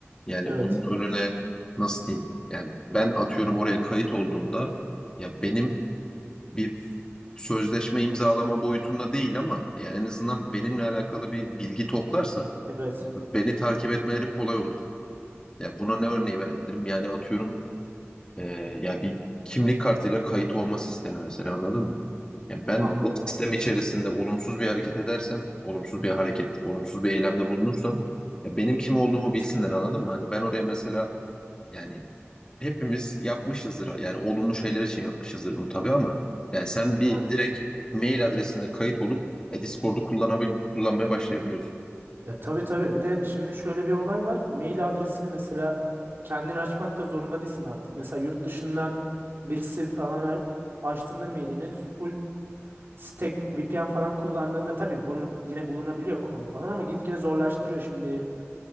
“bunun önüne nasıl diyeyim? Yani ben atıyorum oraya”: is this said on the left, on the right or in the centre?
Left